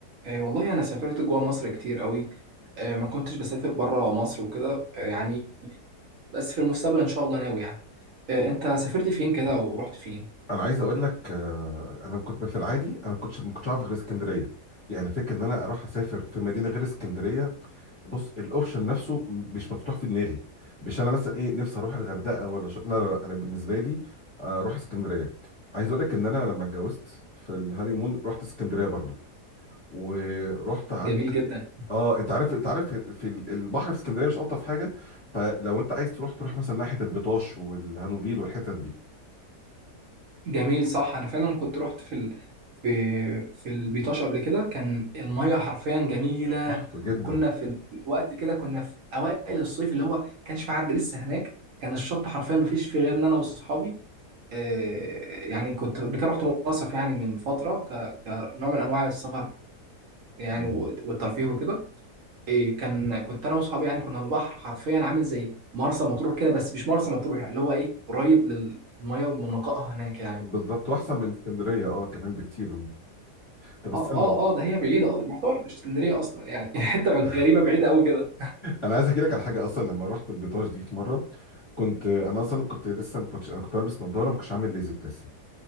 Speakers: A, on the right; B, on the left.
A: آه، والله أنا سافرت جوا مصر كتير قوي آه، ما كنتش بسافر برا مصر وكده آه، يعني بس في المستقبل إن شاء الله ناوي يعني آه، أنت سافرت فين كده ورحت فين؟
B: انا عايز اقول لك آه، انا كنت في العادي انا كنت ما كنتش عارف غير اسكندريه يعني فكره ان انا اروح اسافر في مدينه غير اسكندريه بص الاوبشن نفسه مش مفتوح في دماغي مش انا مثلا ايه نفسي اروح الغردقه ولا ش... لا لا لا انا بالنسبه لي آه، اروح اسكندريه عايز اقول لك ان انا لما اتجوزت في الهانيمون رحت اسكندريه برضو ورحت قعدت
A: جميل جدا
B: اه انت عارف انت عارف في ال- البحر في اسكندريه مش الطف حاجه فلو انت عايز تروح تروح مثلا ناحيه البطاش والهانوفيل والحتت دي
A: جميل صح انا فعلا كنت رحت في ال... في في البيطاش قبل كده كان الميه حرفيا جميله
B: تحفه جدا
A: وكنا في الوقت كده كنا في اوائل الصيف اللي هو كانش في حد لسه هناك كان الشط حرفيا ما فيش فيه غير انا واصحابي آه، يعني كنت قبل كده رحت مصيف يعني من فتره ك... كنوع من انواع السفر يعني
B: آه.
A: و- والترفيه وكده إيه كان كنت انا واصحابي يعني كنا على البحر حرفيا عامل زي مرسى مطروح كده بس مش مرسى مطروح يعني اللي هو ايه قريب للميه ومن نقائها هناك يعني
B: بالظبط واحسن من اسكندريه اه كمان بكتير طب استنى
A: اه اه
B: والله.
A: اه ده هي بعيدة اصلا يعتبر مش اسكندرية اصلا يعني <laughs> حتة غريبة
B: <laughs>
A: بعيدة قوي كده
B: انا عايز احكي لك على حاجه اصلا لما رحت البيطاش دي في مره كنت انا اصلا كنت لسه ما كنتش انا كنت لابس نظاره ما كنتش عامل ليزك لسه